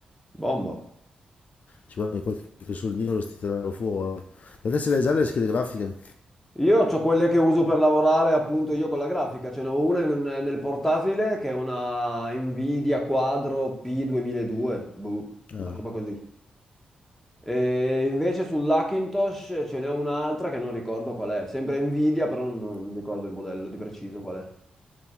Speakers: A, in the centre; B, on the left.
A: Bomba.
B: ci guadagni qualche soldino lo ti tirano fuori. La te se l'hai già le schede grafiche?
A: Io ho quelle che uso per lavorare appunto io con la grafica, ce n'ho una in- nel portatile che è una Nvidia Quadro P2002, boh,
B: Ah,
A: una roba così. E invece sull'Hackintosh ce n'è un'altra che non ricordo qual è, sempre Nvidia, però non, non mi ricordo il modello di preciso qual è.